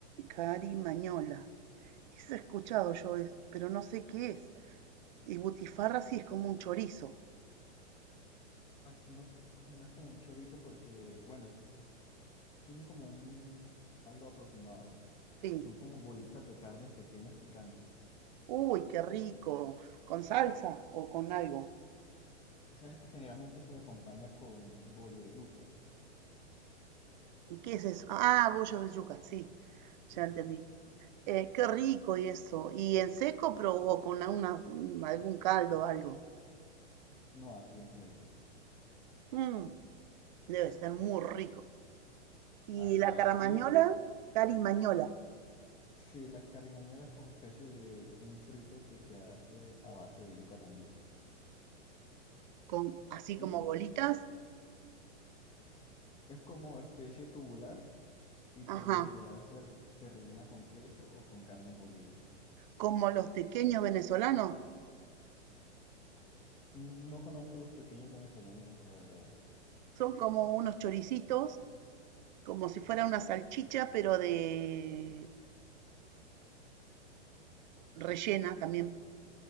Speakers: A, on the right; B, on the left.
A: Carimañola. Eso he escuchado yo, es- pero no sé qué es. Y butifarra sí es como un chorizo.
B: No es, no es- no es como un chorizo porque, bueno, tiene como un algo aproximado.
A: Sí.
B: Son como bolitas de carnes pequeñas picantes.
A: Uy, qué rico. ¿Con salsa o con algo?
B: <laughs> Generalmente se acompaña con bollo de yuca,
A: ¿Y qué es eso? Ah, bollo de yuca, sí.
B: sí,
A: Ya entendí. Eh, qué rico y eso. ¿Y en seco pero, o con una- un- algún caldo o algo?
B: no así en seco.
A: Mm, debe ser muy rico. ¿Y
B: Así
A: la caramañola?
B: es.
A: Carimañola,
B: Sí, la carimañola es como especie de un frito que se hace a base de yuca también.
A: con, así como
B: Y
A: bolitas.
B: es como especie tubular y
A: Ajá,
B: por lo general se, re- se rellena con queso o con carne molida.
A: como los pequeños venezolanos.
B: Mm, No conozco los pequeños venezolanos, la verdad.
A: Son como unos choricitos, como si fuera una salchicha, pero de rellena también,